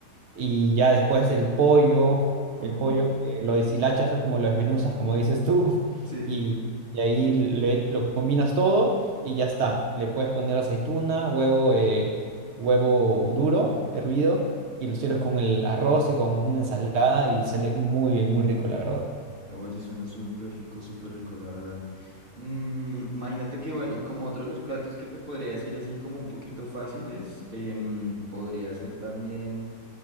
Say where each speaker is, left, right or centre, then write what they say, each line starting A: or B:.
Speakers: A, on the right (about 70°); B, on the right (about 35°).
A: Y ya después el pollo,
B: Ajá,
A: el pollo eh, lo deshilachas o como lo desmenuzas, como dices tú, <laughs>
B: sí.
A: y, y ahí le- lo combinas todo y ya está. Le puedes poner aceituna, huevo, eh, huevo duro, hervido, y lo sirves con el arroz y con una ensalada y sale muy bien, muy rico, la verdad.
B: Oye, suena súper rico, súper rico, la verdad. Mm, imagínate que, bueno, como otro de los platos que te podría decir así como un poquito fáciles, em, podría ser también